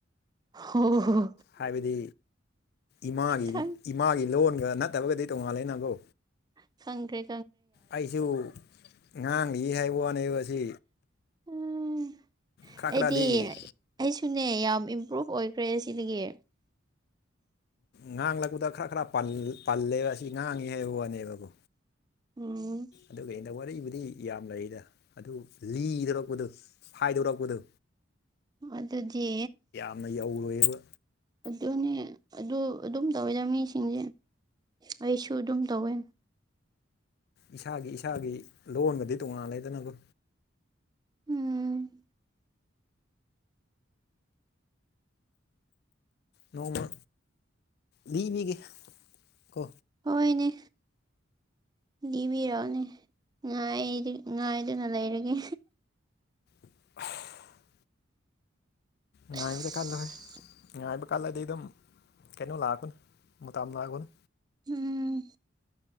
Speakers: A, on the right (about 20°); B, on the left (about 50°).
A: ꯍ ꯍ
B: ꯍꯥꯏꯕꯗꯤ ꯏꯃꯥꯒꯤ
A: ꯈꯪ
B: ꯏꯃꯥꯒꯤ ꯂꯣꯟꯒ ꯅꯠꯇꯕꯒꯗꯤ ꯇꯣꯉꯥꯜꯂꯦ ꯅꯪꯀꯣ
A: ꯁꯪꯒ꯭ꯔꯦ
B: ꯑꯩꯁꯨ ꯉꯥꯡꯂꯤ ꯍꯥꯏꯕ ꯋꯥꯅꯦ ꯑꯁꯤ
A: ꯎꯝ
B: ꯈꯔ ꯈꯔꯗꯤ
A: ꯑꯩꯗꯤ ꯑꯩꯁꯨꯅꯦ ꯌꯥꯝ ꯏꯝꯄ꯭ꯔꯨꯚ ꯑꯣꯏꯈ꯭ꯔꯦ ꯁꯤꯗꯒꯤ
B: ꯉꯥꯡꯂꯛꯄꯗ ꯈꯔ ꯈꯔ ꯄꯜꯂꯦꯕ ꯑꯁꯤ ꯉꯥꯡꯉꯤ ꯍꯥꯏꯕ ꯋꯥꯅꯦꯕꯀꯣ
A: ꯎꯝ
B: ꯑꯗꯨꯒ ꯑꯩꯅ ꯋꯥꯔꯤꯕꯨꯗꯤ ꯌꯥꯝ ꯂꯩꯔꯤꯗ ꯑꯗꯨ ꯂꯤꯗꯣꯔꯛꯄꯗꯨ ꯐꯥꯏꯗꯣꯔꯛꯄꯗꯨ
A: ꯑꯗꯨꯗꯤ
B: ꯌꯥꯝꯅ ꯌꯧꯔꯣꯏꯕ
A: ꯑꯗꯨꯅꯦ ꯑꯗꯨ ꯑꯗꯨꯝ ꯇꯧꯋꯦꯗ ꯃꯤꯁꯤꯡꯁꯦ ꯑꯩꯁꯨ ꯑꯗꯨꯝ ꯇꯧꯋꯦ
B: ꯏꯁꯥꯒꯤ ꯏꯁꯥꯒꯤ ꯂꯣꯟꯒꯗꯤ ꯇꯣꯉꯥꯟꯂꯗꯅꯕꯨ
A: ꯎꯝ
B: ꯅꯣꯡꯃ ꯂꯤꯅꯤꯒꯦ ꯀꯣ
A: ꯍꯣꯏ-ꯅꯦ꯫ ꯂꯤꯕꯤꯔꯣꯅꯦ ꯉꯥꯏꯔꯤ ꯉꯥꯏꯗꯨꯅ ꯂꯩꯔꯒꯦ꯫
B: <inaudible> ꯉꯥꯏꯕꯗ
A: ꯑꯁ
B: ꯀꯥꯟꯗꯣꯏ ꯉꯥꯏꯕ ꯀꯥꯟꯂ ꯑꯗꯤꯩ ꯑꯗꯨꯝ ꯀꯩꯅꯣ ꯂꯥꯛꯑꯒꯅ ꯃꯨꯥꯝ ꯂꯥꯛꯑꯒꯅ
A: ꯎꯝ